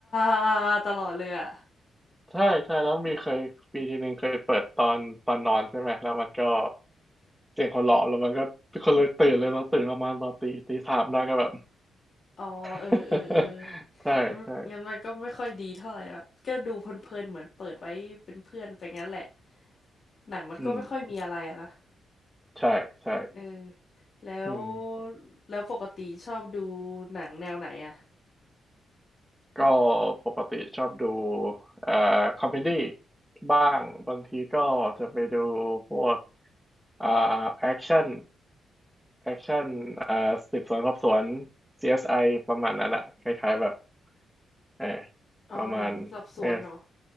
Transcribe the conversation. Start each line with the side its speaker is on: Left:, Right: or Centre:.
Left: ๆๆๆตลอดเลยอ่ะ
Centre: ใช่ใช่แล้วมีเคยปีทีหนึ่งเคยเปิดตอนตอนนอนใช่ไหมแล้วมันก็เสียงหัวเราะแล้วมันก็คนเลยตื่นเลยเราตื่นประมาณตอนตีตีสามได้ก็แบบ
Left: อ๋อเออเออเออ
Centre: <laughs> ใช่ใช่
Left: งั้นงั้นมันก็ไม่ค่อยดีเท่าไหร่แบบก็ดูเพลินๆเหมือนเปิดไว้เป็นเพื่อนไปงั้นแหละหนังมันก็ไม่ค่อยมีอะไรอะนะ
Centre: อืมใช่ใช่
Left: เออแล้ว
Centre: อืม
Left: แล้วปกติชอบดูหนังแนวไหนอ่ะ
Centre: ก็ปกติชอบดูเอ่อคอมเมดี้บ้างบางทีก็จะไปดูพวก อ่าแอคชั่นแอคชั่น อ่าสืบสวนสอบสวน CSI ประมาณนั้นอะคล้ายๆแบบเออ
Left: อ๋อหนังสอบสวนเนาะ
Centre: ประมาณเออ